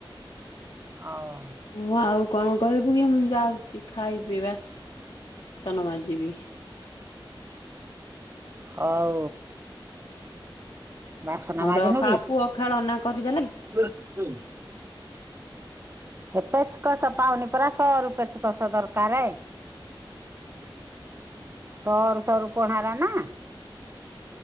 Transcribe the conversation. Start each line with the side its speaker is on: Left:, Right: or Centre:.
Right: ଅ ଉ।
Left: ହଁ ଆଉ କଣ କହିବୁ କି ମୁଁ ଯାଉଚି ଖାଇବି ବାସନ ମଜିବି।
Right: ହଉ। ବାସନ ମାଜିନୁ
Left: ରଖ
Right: କି?
Left: ଆଉ ପୁଅ ଖେଳନା କରିଦେଲା କି?
Right: <inaudible> ଏ ପେଚକସ ପାଉନି ପରା ସରୁ ପେଚକସ ଦରକାର -
Left: <unintelligible>
Right: ସଅରୁ ସଅରୁ କଣରା ନା -